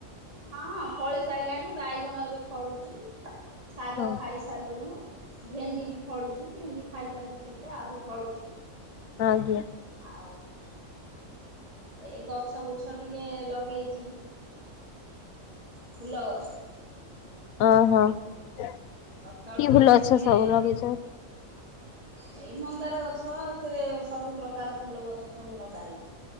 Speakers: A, on the right; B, on the left.
A: ହଁଁ ଫଳି ସାରିଲାଣି ବାଇଗଣ ଏବେ ଫଳୁଛି- ଶାଗ
B: ହଁ
A: ଖାଇ ସାରିଲୁଣିୁ- ଭେଣ୍ଡି ବି ଫଳୁଛି ଭେଣ୍ଡି ଖାଇ ସାରିଲୁ ମୁ କେତେ ଆହୁରି ଫଳୁଛି-
B: ଆଜ୍ଞା
A: ଆଉ ଏଇ ଗଛ ବୁଚଛ ଟିକେ ଲଗେଇଛି- ଫୁଲ ଗଛ
B: ଓ ହୋ କି
A: ସକାଳୁ ଯାଇକି
B: ଫୁଲ ଅଛ
A: ଟିକେ
B: ସବୁ ଲଗେଇଛ?
A: ଏଇ ମନ୍ଦାର ଗଛ ସେ ସବୁ ପ୍ରକାର ଫୁଲ ଗଛ ସବୁ ଲଗା ହେଇଛି।